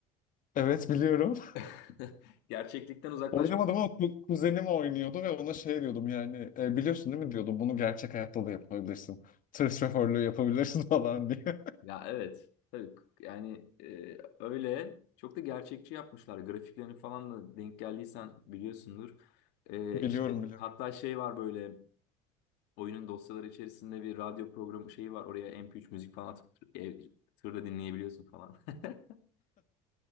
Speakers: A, on the left; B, on the left.
A: Evet biliyorum. <laughs>
B: <laughs> Gerçeklikten uzaklaşmak.
A: Oynamadım ama ku- kuzenim oynuyordu ve ona şey diyordum yani "E, biliyorsun değil mi diyordum bunu gerçek hayatta da yapabilirsin. Tır şoförlüğü yapabilirsin <laughs> falan diye. <laughs>
B: Ya evet. Tabii k- yani e, öyle çok da gerçekçi yapmışlar. Grafiklerini falan da denk geldiysen biliyorsundur. E,
A: Biliyorum
B: işte
A: biliyorum.
B: hatta şey var böyle oyunun dosyaları içerisinde bir radyo programı şeyi var. Oraya MP3 müzik falan atıp e, tırda dinleyebiliyorsun falan. <laughs>